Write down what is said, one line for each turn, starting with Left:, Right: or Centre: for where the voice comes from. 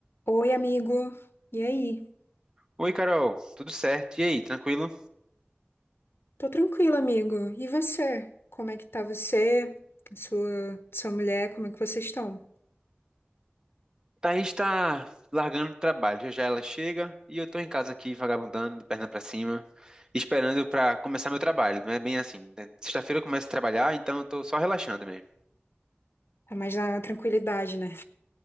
Left: Oi, amigo. E aí?
Right: Oi, Carol, tudo certo? E aí, tranquilo?
Left: Tô tranquila, amigo. E você? Como é que tá você? A Sua, sua mulher, como é que vocês estão?
Right: Thaís tá largando o trabalho, já já ela chega e eu tô em casa aqui vagabundando, de perna pra cima, esperando pra começar meu trabalho. Não é bem assim, né? Sexta-feira eu começo a trabalhar, então eu tô só relaxando mesmo.
Left: Tá mais na tranquilidade, né?